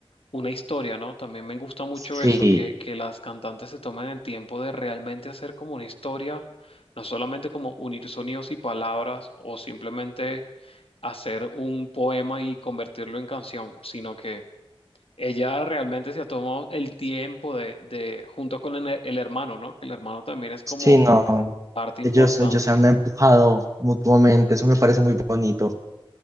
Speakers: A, on the left (about 75°); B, on the right (about 35°).
A: una historia, ¿no? También me gusta mucho
B: Sí,
A: eso, que, que las cantantes se tomen el tiempo de realmente hacer como una historia, no solamente como unir sonidos y palabras o simplemente hacer un poema y convertirlo en canción, sino que ella realmente se ha tomado el tiempo de, de junto con el el hermano, ¿no? Que el hermano también es como
B: sí, no.
A: parte importante.
B: Ellos, ellos se han empujado mutuamente, eso me parece muy bonito,